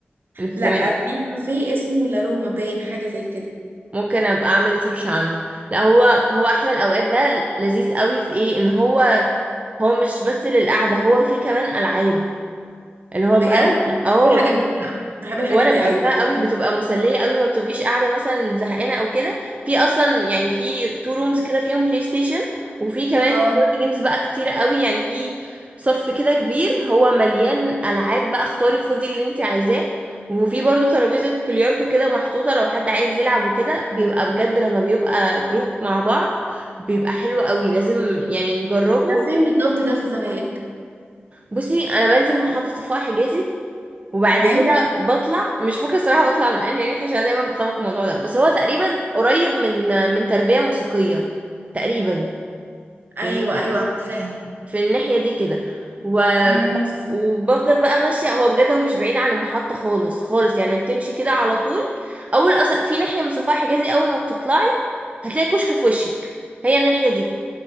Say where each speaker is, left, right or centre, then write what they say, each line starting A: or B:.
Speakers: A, on the right; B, on the right.
A: اللي في
B: لا
A: زمان
B: في كافيه اسمه لا روما باين حاجه زي كده
A: ممكن ابقى اعمل سيرش عنه لا هو هو احلى الاوقات ده لذيذ قوي في ايه ان هو هو مش بس للقعده هو فيه كمان العاب اللي هو
B: بجد
A: بقى اه
B: بحب الحاجات دي بحب الحاجات
A: وانا
B: دي
A: بحبها
B: قوي
A: قوي بتبقى مسليه قوي ما بتبقيش قاعده مثلا زهقانه او كده في اصلا يعني في تو رومز كده فيهم بلاي ستيشن وفي كمان
B: اه
A: كارد جيمز بقى كتير قوي يعني في صف كده كبير هو مليان العاب بقى اختاري خدي اللي انت عايزاه وفي برضو ترابيزه بلياردو كده محطوطه لو حد عايز يلعب وكده بيبقى بجد لما بيبقى جروب مع بعض بيبقى حلو قوي لازم يعني نجربه
B: ده فين بالظبط ده في الزمالك
A: بصي انا بنزل محطه صفاء حجازي وبعد
B: تمام
A: كده بطلع مش فاكره الصراحه بطلع من انهي ناحيه عشان دايما بتلخبط في الموضوع ده بس هو تقريبا قريب من من تربيه موسيقيه تقريبا
B: ايوه
A: يعني
B: ايوه عارفاها
A: في الناحيه دي كده و...
B: امم
A: وبفضل بقى ماشيه هو بجد هو مش بعيد عن المحطه خالص خالص يعني بتمشي كده على طول اول اصلا في ناحيه من صفاح حجازي اول ما بتطلعي هتلاقي كشك في وشك هي الناحيه دي